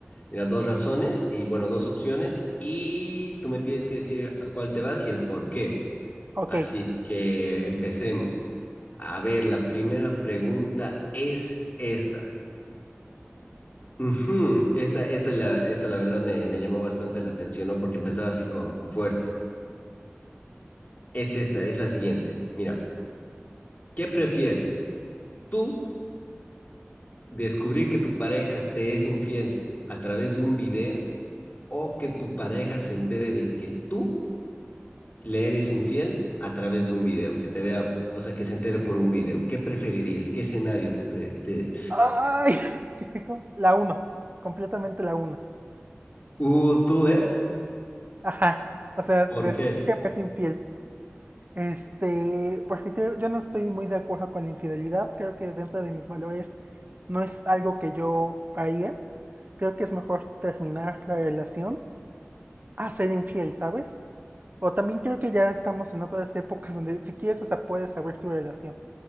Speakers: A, on the left; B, on the right.
A: Mira, dos razones y bueno, dos opciones y tú me tienes que decir a cuál te vas y el por qué.
B: Ok.
A: Así que empecemos. A ver, la primera pregunta es esta. Ujú, Esta, esta, la, esta la verdad me, me llamó bastante la atención, ¿no? Porque empezaba así con fuerte. Es esta, es la siguiente. Mira, ¿qué prefieres? ¿Tú descubrir que tu pareja te es infiel a través de un video o que tu pareja se entere de que tú le eres infiel a través de un video? Que te vea, o sea, que se entere por un video. ¿Qué preferirías? ¿Qué escenario te... pre- te...
B: Ay, <laughs> la uno, completamente la 1.
A: Uh, ¿tú ver?
B: Ajá, o sea,
A: ¿Por
B: descubrí
A: qué?
B: que me es infiel. Este, porque creo, yo no estoy muy de acuerdo con la infidelidad, creo que dentro de mis valores no es algo que yo haría. Creo que es mejor terminar la relación a ser infiel, ¿sabes? O también creo que ya estamos en otras épocas donde si quieres hasta puedes abrir tu relación.